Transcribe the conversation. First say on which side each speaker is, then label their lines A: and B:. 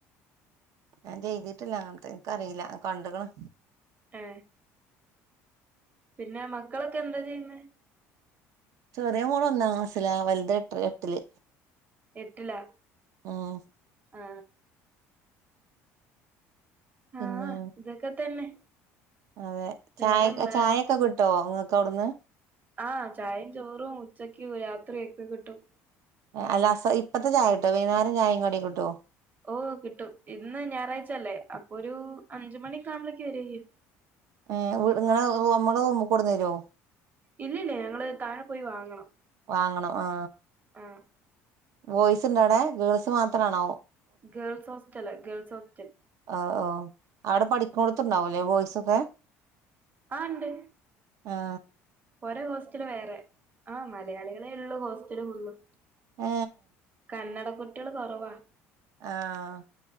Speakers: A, on the right; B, on the right.
A: ഞൻ ചെയ്തിട്ടില്ല അങ്ങനത്തെ എനക്കറിയില്ല കണ്ട്ക്ക്‌ണ്.
B: ആ പിന്നെ മക്കളൊക്കെ എന്താ ചെയ്യുന്നെ?
A: ചെറിയ മോളൊന്നാം ക്‌ളാസിലാ വലുത് എട്ട എട്ടില്.
B: എട്ടിലാ
A: ഉം
B: ആ
A: പിന്നെ
B: ആ ഇതൊക്കെ തന്നെ.
A: അതെ ചായക്
B: വേറെന്താണ്
A: ചായൊക്കെ കിട്ട്വോ നിങ്ങക്കവിടുന്ന്?
B: ആ ചായയും ചോറും ഉച്ചക്കും രാത്രിയൊക്കെ കിട്ടും.
A: അല്ല അ സ ഇപ്പത്തെ ചായ കിട്ടോ വൈകുന്നേരം ചായയും കടീം കിട്ടുവോ?
B: ഓ കിട്ടും ഇന്ന് ഞായറാഴ്ചല്ലേ അപ്പൊ ഒരു അഞ്ചു മണിക്കാവുമ്പളേക്ക്. ക്കരയും
A: ഏ ഇവി ഇങ്ങടെ നമ്മടെ റൂമി കൊണ്ടന്നര്വോ?
B: ഇല്ലില്ല ഞങ്ങള് താഴെ പോയി വാങ്ങണം.
A: വാങ്ങണം ആ.
B: ആ
A: ബോയ്സ് ഇണ്ടോവിടേ ഗേൾസ് മാത്രമാണോ?
B: ഗേൾസ് ഹോസ്റ്റലാ ഗേൾസ് ഹോസ്റ്റൽ.
A: ആഹ് ഓഹ് അവിടെ പഠിക്ക്ണോടത്തുണ്ടാവുല്ലേ ബോയ്സൊക്കെ
B: ആ ഇണ്ട്
A: ആ
B: ഓരെ ഹോസ്റ്റല് വേറെ ആ മലയാളികളെയുള്ളൂ ഹോസ്റ്റല് ഫുള്ളും
A: ഏ
B: കന്നഡ കുട്ട്യോള് കുറവാ
A: ആ